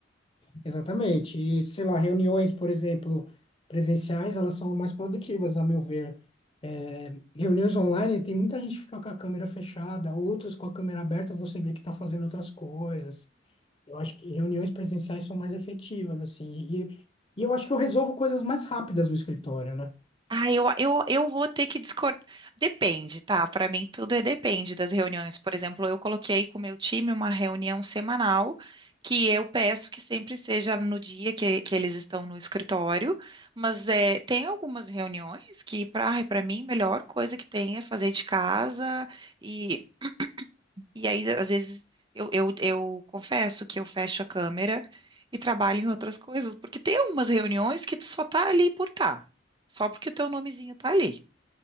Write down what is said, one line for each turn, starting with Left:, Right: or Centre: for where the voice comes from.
Left: Exatamente. E, sei lá, reuniões, por exemplo, presenciais, elas são mais produtivas, a meu ver. É, reuniões online, tem muita gente que fica com a câmera fechada, outros com a câmera aberta, você vê que está fazendo outras coisas. Eu acho que reuniões presenciais são mais efetivas, assim. E, e eu acho que eu resolvo coisas mais rápidas no escritório, né?
Right: Ah, eu, eu, eu vou ter que discordar. Depende, tá? Para mim, tudo é depende das reuniões. Por exemplo, eu coloquei com o meu time uma reunião semanal que eu peço que sempre seja no dia que, que eles estão no escritório, mas é, tem algumas reuniões que, para para mim, a melhor coisa que tem é fazer de casa e e aí, às vezes, eu, eu, eu confesso que eu fecho a câmera e trabalho em outras coisas, porque tem algumas reuniões que tu só tá ali por tá, só porque o teu nomezinho tá ali.